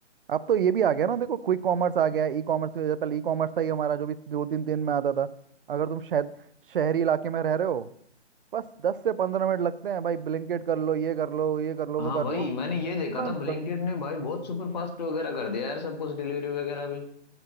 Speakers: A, on the right; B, on the left.
A: अब तो ये भी आ गया ना देखो क्विक कॉमर्स आ गया है। ई कॉमर्स की वजह पहले ई कॉमर्स था ही हमारा जो भी दो तीन दिन में आता था अगर तुम शहर शहरी इलाके में रह रहे हो बस दस से पंद्रह मिनट लगते हैं भाई ब्लिंकिट कर लो ये कर लो ये कर लो
B: हाँ
A: वो कर
B: भाई
A: लो
B: मैंने ये देखा
A: तुरंत।
B: था ब्लिंकिट ने भाई बहुत सुपर फास्ट वगैरह कर दिया यार सब कुछ डिलीवरी वगैरह भी